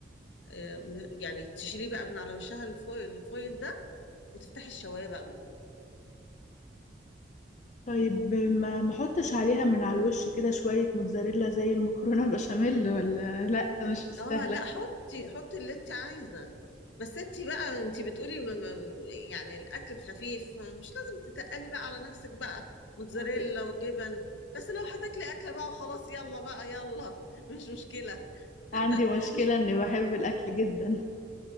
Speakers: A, on the left; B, on the left.
A: آه، يعني تشيليه بقى من على وشها الفويل, الفويل ده وتفتحي الشوايه بقى من فوق
B: طيب ما ما احطش عليها من على الوش كده شويه موتزاريلا زي المكرونه <laughs> بشاميل ولا لا مش مستاهله
A: اه لا حطي حطي اللي انت عايزه بس انت بقى انت بتقولي م- م- يعني الاكل خفيف مش لازم تتقلي بقى على نفسك بقى موتزاريلا
B: عندي
A: وجبن بس لو هتاكلي اكله بقى وخلاص يلا بقى يلا <laughs> مش مشكله
B: عندي مشكله
A: <laughs> مش
B: اني بحب الاكل جدا